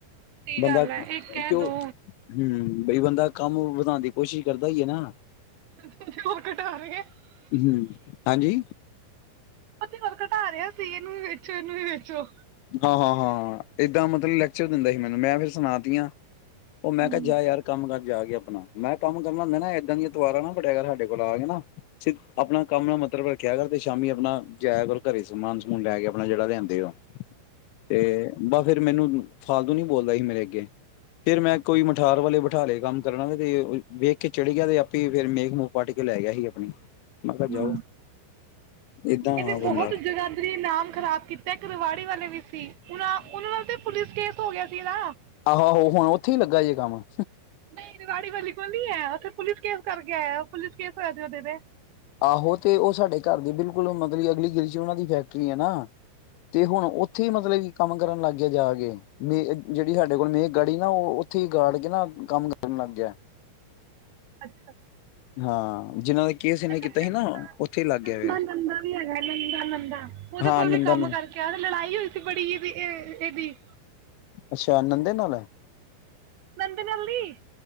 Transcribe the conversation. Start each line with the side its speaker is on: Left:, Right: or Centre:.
Right: ਸਹੀ
Left: ਬੰਦਾ
Right: ਗੱਲ
Left: ਕਿਉਂ
Right: ਹੈ ਇੱਕ ਹੈ ਦੋ
Left: ਹੂੰ, ਬਈ ਬੰਦਾ ਕੰਮ ਵਧਾਂਨ ਦੀ ਕੋਸ਼ਿਸ਼ ਕਰਦਾ ਹੀ ਹੈ ਨਾ।
Right: <inaudible>
Left: ਹੂੰ, ਹਾਂਜੀ
Right: <inaudible> ਘਟਾ ਰਿਹਾ ਸੀ ਇਹਨੂੰ ਵੀ ਵੇਚੋ ਇਹਨੂੰ ਵੀ ਵੇਚੋ।
Left: ਹਾਂ-ਹਾਂ-ਹਾਂ ਏਦਾਂ ਮਤਲਬ ਲੈਕਚਰ ਦਿੰਦਾ ਸੀ ਮੈਨੂੰ ਮੈਂ ਫਿਰ ਸੁਨਾ ਤੀਆਂ। ਉਹ ਮੈਂ
Right: ਹੂੰ
Left: ਕਿਹਾ ਜਾ ਯਾਰ ਕੰਮ ਕਰ। ਜਾ ਕੇ ਆਪਨਾ ਮੈਂ ਕੰਮ ਕਰਨਾ ਹੁੰਦਾ ਹੈ ਨਾ ਇਹਦਾਂ <unintelligible> ਸਾਡੇ ਕੋਲ ਆ <unintelligible> ਨਾ। ਆਪਣਾ ਕੰਮ ਨਾਲ ਮਤਲਬ ਰੱਖ। ਕਿਆ ਕਰਦੇ ਸ਼ਾਮੀ ਆਪਣਾ ਜਾਇਆ ਕਰੋ ਘਰੇ ਸਮਾਨ ਸਮੂਨ ਲੈ ਕੇ ਆਪਣਾ ਜਿਹੜਾ ਲਿਆਂਦੇ ਓ। ਤੇ ਬਸ ਫਿਰ ਮੈਨੂੰ ਫਾਲਤੂ ਨੀ ਬੋਲਦਾ ਹੀ ਮੇਰੇ ਅੱਗੇ ਤੇ ਮੈਂ ਕੋਈ ਮਠਾਰ ਵਾਲੇ ਬਿਠਾ ਲਏ ਕੰਮ ਕਰਨਾ ਆਲੇ ਤੇ ਵੇਖ ਕੇ ਚੇੜ ਗਿਆ ਆਪੇ ਹੀ ਫਿਰ ਮੇਖ ਮੂਖ ਪਾੱਟ ਕੇ ਲੈ ਗਿਆ ਹੀ ਆਪਣੀ। ਮੈਂ ਕਿਹਾ ਜਾਓ
Right: ਹਾਂ
Left: ਏੱਦਾਂ
Right: ਇਹਨੇ
Left: ਹਾਲ
Right: ਬਹੁਤ
Left: ਹੁੰਦਾ।
Right: ਜਗਾਦਰੀ ਨਾਮ ਖਰਾਬ ਕੀਤਾ ਹੈ ਏਕ ਰਵਾੜੀ ਵਾਲੇ ਵੀ ਸੀ। <unintelligible> ਉਹਨਾ ਦਾ ਤੇ ਪੁਲਿਸ ਕੇਸ ਹੋ ਗਿਆ ਸੀਗਾ
Left: ਆਹੋ ਆਹੋ ਹੁਣ ਉੱਥੇ ਹੀ ਲੱਗਾ ਜੇ ਕੰਮ।
Right: ਨਹੀਂ ਰੇਵਾੜੀ ਵਾਲੇ ਕੋਲ ਨੀ ਹੈ ਉੱਥੇ ਪੁਲਿਸ ਕੇਸ ਕਰਕੇ ਆਇਆ ਪੁਲਿਸ ਕੇਸ ਹੋਇਆ ਦੈ ਓਹਦੇ ਤੇ।
Left: ਆਹੋ ਤੇ ਉਹ ਸਾਡੇ ਘਰ ਦੇ ਬਿਲਕੁਲ ਮਤਲਬ ਅਗਲੀ ਗਲੀ ਚ ਉਹਨਾਂ ਦੀ ਫੈਕਟਰੀ ਹੈ ਨਾ। ਤੇ ਹੁਣ ਉੱਥੇ ਹੀ ਮਤਲਬ ਕਿ ਕੰਮ ਕਰਨ ਲੱਗ ਗਿਆ ਜਾ ਕੇ ਮੇ ਜਿਹੜੀ ਸਾਡੇ ਕੋਲ ਮੇਖ ਗੜੀ ਨਾ ਉੱਥੇ ਹੀ ਗਾੜ ਕੇ ਨਾ ਕੰਮ ਕਰਨ ਲੱਗ ਗਿਆ।
Right: ਅੱਛ
Left: ਹਾਂ ਜਿਹਨਾਂ ਦਾ ਕੇਸ ਇਹਨੇ
Right: ਇੱਕ
Left: ਕੀਤਾ
Right: ਨੰ
Left: ਸੀ ਨਾ ਉੱਥੇ ਹੀ ਲੱਗ
Right: ਨੰਦਾ
Left: ਗਿਆ ਫਿਰ
Right: ਨੰਦਾ ਵੀ ਹੈਗਾ ਨੰਦਾ ਨੰਦਾ ਉਹਦੇ
Left: ਹਾਂ
Right: ਕੋਲ
Left: ਨੰਦਾ
Right: ਵੀ ਕੰਮ
Left: ਨ
Right: ਕਰਕੇ ਆ ਤੇ ਲੜਾਈ ਹੋਈ ਸੀ ਬੜੀ ਵੀ ਏ ਤੇਦੀ
Left: ਅੱਛਾ ਨੰਦੇ ਨਾਲ ਹੈ
Right: ਨੰਦ ਨਲ ਨੀ